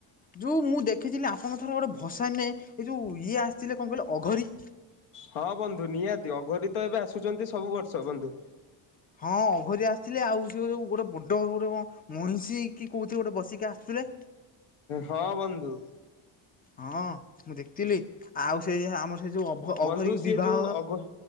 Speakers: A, on the left; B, on the left.
A: ଯେଉଁ ମୁଁ ଦେଖିଥିଲି ଆପଣଙ୍କ ଥରେ ଗୋଟେ ଭସାଣି ନର ଏ ଯେଉଁ ଇଏ ଆସିଥିଲେ କଣ କହିଲେ ଅଘରୀ।
B: ହଁ ବନ୍ଧୁ ନିହାତି ଅଘରୀ ତ ଏବେ ଆସୁଛନ୍ତି ସବୁ ବର୍ଷ ବନ୍ଧୁ।
A: ହଁ ଅଘରି ଆସିଥିଲେ ଆଉ ସେଏ ଯୋଉ ଗୋଟେ ବଡ ଗୋଟେ କ ମଇଁଷି କି କୋଉି ଗୋଟେ ବସିକି ଆସୁଥିଲେ।
B: ହଁ ବନ୍ଧୁ।
A: ହଁ ମୁଁ ଦେଖିଥିଲି ଆଉ ସେ ଯ ଆମର ସେ ଯୋଉ ଅଘରୀ
B: ବନ୍ଧୁ
A: ବିବାହ
B: ସିଏ ଯୋଉ ଅଘ